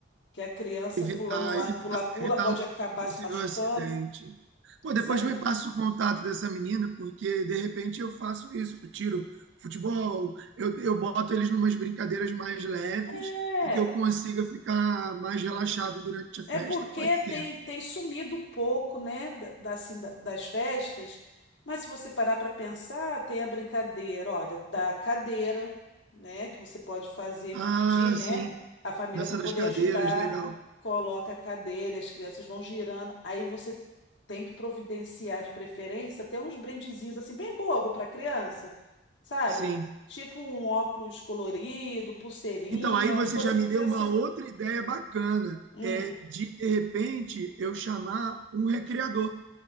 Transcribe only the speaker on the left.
Que é a criança
pulando lá
no pula-pula
pode acabar
se machucando.
Isso
aí.
É,
É porque
tem, tem sumido um pouco, né, da, da- assim, da- das festas, mas se você parar para pensar, tem a brincadeira, olha, da cadeira, né, que você pode fazer,
pedir, né,
a família
para poder
ajudar,
coloca a cadeira, as crianças vão girando, aí você tem que providenciar de preferência até uns brindezinhos assim bem bobo para criança, sabe?
Tipo um óculos colorido, pulseirinha,
coisa
que criança,
hum.